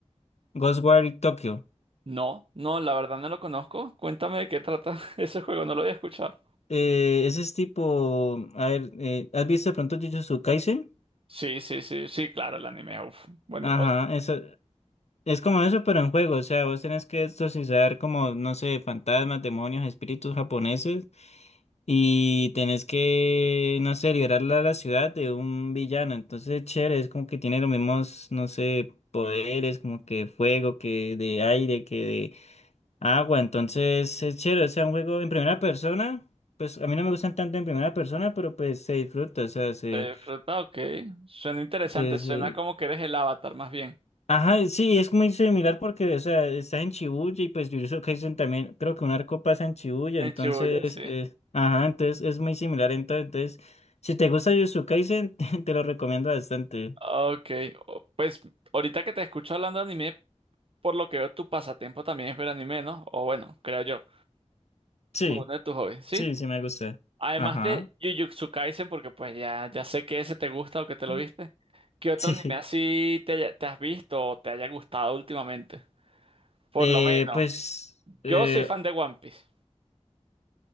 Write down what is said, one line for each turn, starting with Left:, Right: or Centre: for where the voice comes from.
Left: Ghostwire Tokyo.
Right: No, no, la verdad no lo conozco. Cuéntame de qué trata <laughs> ese juego, no lo había escuchado.
Left: Eh, ese es tipo, a ver, eh, ¿has visto de pronto Jujutsu Kaisen?
Right: Sí, sí, sí, sí, claro, el anime. uf, bueno,
Left: Ajá, eso es como eso, pero en juego. O sea, vos tenés que exorcizar como, no sé, fantasmas, demonios, espíritus japoneses y tenés que, no sé, liberar la, la ciudad de un villano. Entonces, chévere, es como que tiene los mismos, no sé, poderes, como que fuego, que de aire, que de Ah, bueno, entonces es chévere, o sea, un juego en primera persona, pues a mí no me gustan tanto en primera persona, pero pues se disfruta, o sea, se,
Right: Eh, fruta, ok. Suena interesante,
Left: se,
Right: suena
Left: se-
Right: como que eres el avatar, más bien.
Left: Ajá, sí, es muy similar porque, o sea, estás en Shibuya y pues Jujutsu Kaisen también, creo que un arco pasa en Shibuya,
Right: En
Left: entonces,
Right: Shibuya, sí.
Left: eh, ajá, entonces es muy similar, entonces, entonces, si te gusta Jujutsu Kaisen, <laughs> te, te lo recomiendo bastante.
Right: Ah, Ok, o- pues ahorita que te escucho hablando de anime, por lo que veo, tu pasatiempo también es ver anime, ¿no? O bueno, creo yo,
Left: Sí,
Right: o uno de tus hobbies, ¿sí?
Left: sí, sí me gusta.
Right: Además
Left: Ajá.
Right: de Jujutsu Kaisen, porque pues ya, ya sé que ese te gusta o que
Left: <laughs>
Right: te lo viste, ¿qué otro
Left: Sí.
Right: anime así te, haya- te has visto o te haya gustado últimamente? Por
Left: Eh,
Right: lo menos,
Left: pues... eh,
Right: yo soy fan de One Piece.